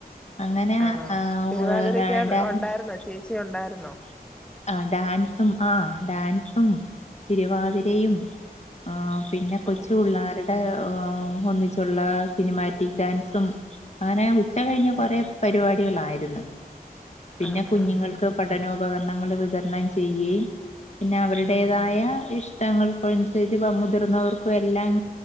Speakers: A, on the left (about 45°); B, in the centre.
A: അങ്ങനെ
B: ആണോ
A: ആ <unintelligible>
B: തിരുവാതിരക്ക് ഉണ്ടായിരുന്നോ ചേച്ചി ഉണ്ടായിര്ന്നോ
A: ആ ഡാൻസും ആഹ് ഡാൻസും തിരുവാതിരയും ആ പിന്നെ കൊച്ചു
B: ആഹ്
A: പിള്ളേര്ടെ ഊം ഒന്നിച്ചുള്ള സിനിമാറ്റിക് ഡാൻസും അങ്ങനെ ഉച്ച കഴിഞ്ഞ്
B: ഉം
A: കൊറേ പരിപാടികളായിരുന്നു പിന്നെ
B: ആഹ്
A: കുഞ്ഞുങ്ങൾക്ക്
B: ആഹ് ആഹ്
A: പഠനോപക ണങ്ങള് വിതര്ണം ചെയ്യ യും പിന്നെ അവര്ടേതായ
B: ഉം ഉം
A: ഇഷ് ങ്ങൾക്ക്‌വൻസരിച്ച് പ മുതിർന്നവർക്കുവെല്ലാം